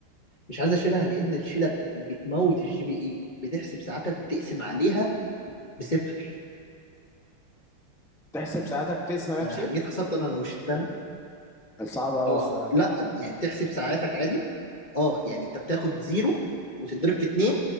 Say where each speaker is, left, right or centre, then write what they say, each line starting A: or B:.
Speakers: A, on the left; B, in the centre.
A: مش عايز اشيلها لان الشيله بتموت الجي بي اي بتحسب ساعتك وتقسم عليها بصفر
B: تحسب ساعاتك بتقسم نفسك
A: فجيت حسبت انا لو شلتها
B: <laughs> صعب أوي
A: اه
B: الصراحة
A: لا يعني بتحسب ساعاتك عادي اه يعني
B: مم.
A: انت بتاخد زيرو وتتضرب في اتنين